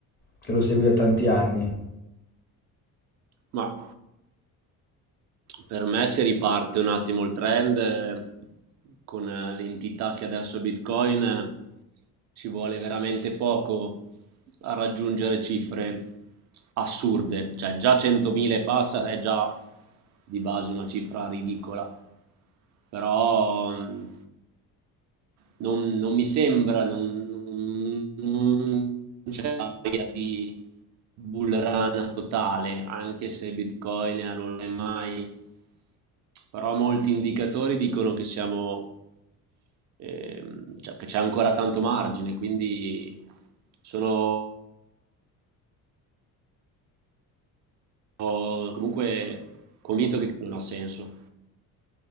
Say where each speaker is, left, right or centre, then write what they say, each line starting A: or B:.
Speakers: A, on the left; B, on the right.
A: che lo segui da tanti anni.
B: Ma Per me si riparte un attimo il trend eh, con eh, l'entità che adesso Bitcoin eh, ci vuole veramente poco a raggiungere cifre assurde, cioè già 100.000 e passa è già di base una cifra ridicola però mh, non, non mi sembra, non, non c'è aria di bull run totale, anche se Bitcoin è allora mai, però molti indicatori dicono che siamo, ehm, cioè, che c'è ancora tanto margine, quindi sono comunque convinto che non ha senso.